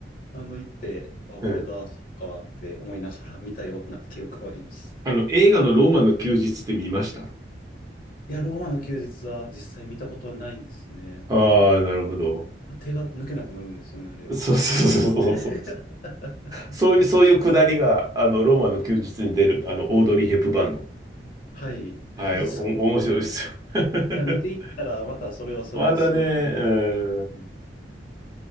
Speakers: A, on the left (about 50°); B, on the right (about 20°).
A: あの、行って、あ、
B: うん。
A: これか、そっかって思いながら見たような記憶はあります。
B: あの、映画のローマの休日って見ました
A: いや、ローマの休日は実際見たことはないですね。
B: ああ、なるほど。
A: 手が抜けなくなるんですよね、あれ。
B: そうそうそうそうそう。
A: <laughs>
B: そういう、そういうくだりが、あの、ローマの休日に出る、あの、オードリー・ヘップバーンの。
A: はい。<laughs>
B: はい、お、
A: そう。だ
B: 面白いですよ。<laughs>
A: から見ていったら、またそれはそれですごい面白いですよね。
B: またね、うん。